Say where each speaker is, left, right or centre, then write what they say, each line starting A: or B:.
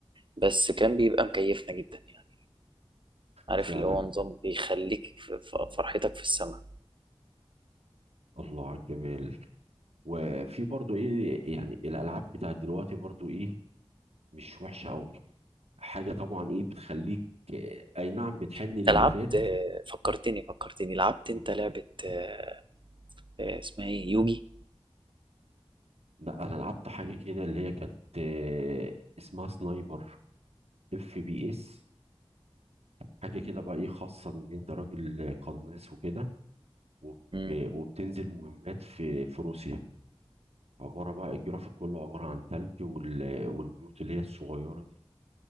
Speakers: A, on the right; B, on the right.
A: بس كان بيبقى مكيفنا جدا يعني عارف
B: فعلا
A: اللي هو نظام بيخليك في في فرحتك في السماء
B: الله على الجمال وفي برضو ايه يعني الالعاب بتاعت دلوقتي برضو ايه مش وحشه قوي حاجه طبعا ايه بتخليك آه، اي نعم بتحن
A: انت
B: للي
A: لعبت
B: فات
A: آه، فكرتني فكرتني لعبت
B: مم.
A: انت لعبة آه، آه، اسمها ايه يوجي
B: لا انا لعبت حاجه كده اللي هي كانت آه، اسمها سنايبر اف بي اس حاجه كده بقى ايه خاصه بان انت راجل قناص وكده وب-
A: مم.
B: وبتنزل مهمات في في روسيا عباره بقى الجرافيك كله عباره عن ثلج وال- والبيوت اللي هي الصغيره دي